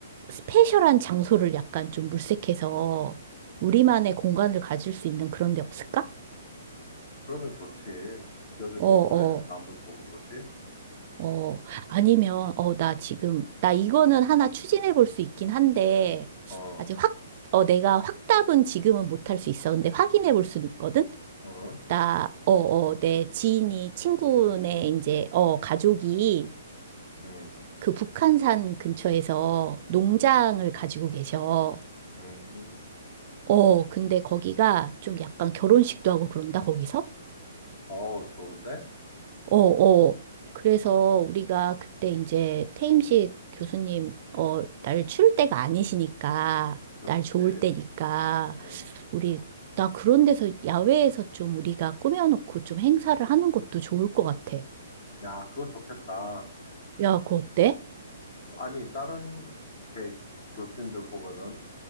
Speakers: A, on the right; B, on the left.
A: 스페셜한 장소를 약간 좀 물색해서 우리만의 공간을 가질 수 있는 그런 데 없을까?
B: 그러면 좋지. 기억에도
A: 어, 어.
B: 오래 남을 거고, 그지?
A: 어, 아니면, 어, 나 지금, 나 이거는 하나 추진해 볼 수 있긴 한데,
B: 어,
A: 아직 확, 어, 내가 확답은 지금은 못할 수 있어. 근데 확인해 볼 수는 있거든?
B: 어,
A: 나, 어, 어, 내 지인이, 친구네, 이제, 어, 가족이
B: 음,
A: 그 북한산 근처에서 농장을 가지고 계셔.
B: 음.
A: 어, 근데 거기가 좀 약간 결혼식도 하고 그런다, 거기서?
B: 어, 좋은데?
A: 어, 어. 그래서 우리가 그때 이제 태임식 교수님, 어, 날 추울 때가 아니시니까,
B: 그렇지.
A: 날 좋을 때니까,
B: 음.
A: 우리, 나 그런 데서, 야외에서 좀 우리가 꾸며놓고 좀 행사를 하는 것도 좋을 것 같아.
B: 야, 그거 좋겠다.
A: 야, 그거 어때?
B: 아니, 다른 이렇게 교수님들 보면은